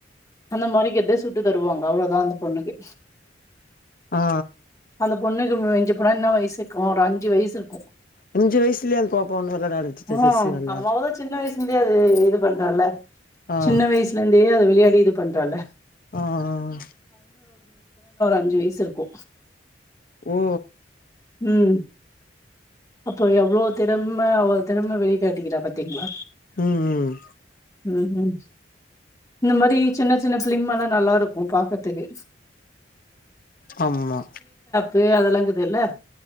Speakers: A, on the left; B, on the left.
A: அந்த மாரி கெடைக்கத்தே சுட் டு தருவாங்க அவ்ளோதா அந்த பொண்ணுக்கு
B: ஆ
A: அந்த பொண்ணுக்கு மிஞ்சி என்ன வயசுருக்கு ஒரு அஞ்சி வயசு இருக்கு
B: அஞ்சி வயசுலே அந்த பாப்பா <unintelligible>
A: மோ <unintelligible>
B: நல்லா
A: சின்ன வயசுல இருந்தே அது இது பண்றல்ல
B: ஆ
A: சின்ன வயசுல இருந்தே அது விளையாடி இது பண்றால
B: ஆஹ்ஹ
A: அஞ்சி வயசு இருக்கு
B: ஓ
A: உம் அப்போ எவ்ளோ திறம்ம அவ்ளோ திறம வெளிக்காட்டிக்கிறா பாத்தீங்களா
B: ம் ம்
A: உம்ம் இந்த மாரி சின்ன சின்ன பிலிம் எல்லா நல்லா இருக்கு பாக்கத்துக்கு
B: ஆமா
A: து அதெல்லாங்குது இல்ல